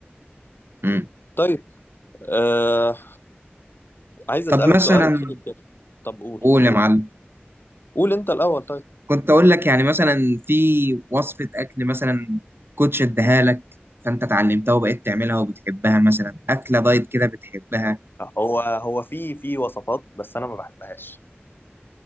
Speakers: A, on the right; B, on the left.
A: امم
B: طيب آه عايز أسألك
A: طب مثلا
B: سؤال أخير طب قول
A: قول
B: قول
A: يا معلم
B: قول أنت الأول طيب
A: كنت اقول لك يعني مثلا في وصفة اكل مثلا كوتش اداها لك فانت اتعلمتها وبقيت تعملها وبتحبها مثلا اكله دايت كده بتحبها
B: هو هو في في وصفات بس أنا ما بحبهاش